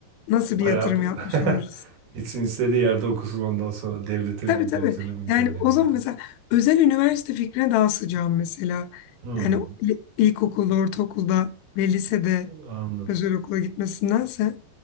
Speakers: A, on the left; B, on the right.
A: nasıl
B: Bayağı
A: bir yatırım
B: bu-
A: yapmış
B: <laughs>
A: oluruz?
B: gitsin istediği yerde okusun ondan sonra devlete
A: Tabii
B: mi gidiyor,
A: tabii.
B: özele mi gidiyor,
A: Yani
B: nereye
A: o zaman
B: gidiyor?
A: mesela özel üniversite fikrine daha sıcağım mesela.
B: Hmm,
A: Yani il- ilkokulda, ortaokulda ve lisede
B: anladım.
A: özel okula gitmesindense